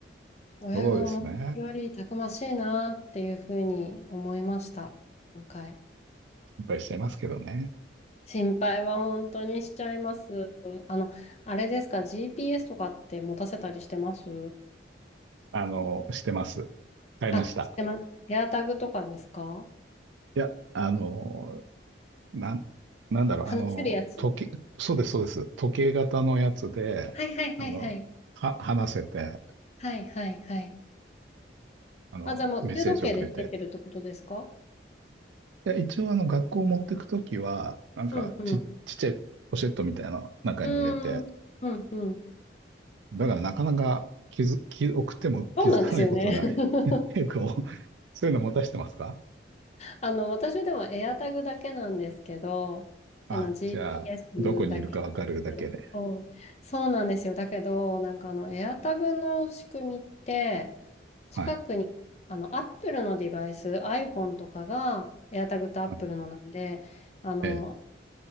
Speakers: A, on the left; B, on the right.
A: 親が思ってるよりたくましいなっていうふうに思いました。
B: そうですね。
A: 今回。
B: 心配しちゃいますけどね。
A: 心配は本当にしちゃいます。あの、あれですか GPS とかって持たせたりしてます
B: あの、してます。買いました。
A: あ、してます。エアタグとかですか
B: いや、あの、なん、なんだろう、
A: 話せるやつ
B: あの、時計、そうです、そうです。時計型のやつで、
A: はいはいはいはい。
B: あの、は、話せて、
A: はいはいはい。
B: あの、
A: あ、じゃあもう腕時計でしてってるってことですか
B: メッセージをくれて、いや、一応あの学校持ってくときは、なんかち、
A: うんうん。
B: ちっちゃいポシェットみたいな中に入れて、
A: うーん。うんうん
B: だからなかなか気づ、気、送っても気づかないことが
A: そうなんですよね。<laughs>
B: <laughs> 結構、そういうの持たしてますか
A: あの、私でも AirTag だけなんですけど、
B: あ、
A: あの、GPS
B: じゃあ、どこにいるかわかるだけで。
A: だけなんですけど、そう、そうなんですよ。だけど、なんかあの、AirTag の仕組みって、近くに、
B: はい。
A: あの、Apple のデバイス、iPhone とかが、AirTag と Apple
B: はい
A: のなんで、あの、
B: ええ、